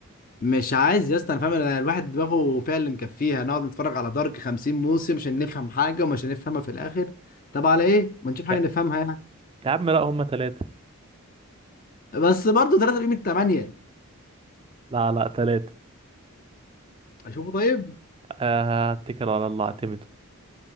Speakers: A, on the left; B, on the right.
A: مش عايز يا اسطى انا فاهم أنا الواحد دماغه فيها اللي مكفيها نقعد نتفرج على دارك 50 موسم عشان نفهم حاجه ومش هنفهمها في الاخر طب على ايه ما نشوف حاجه
B: لا
A: نفهمها يعني
B: يا عم لا هما تلاتة
A: بس برضه 3 بقيمه 8
B: لا لا تلاتة
A: اشوفه طيب
B: آه، اتكل على الله اعتمد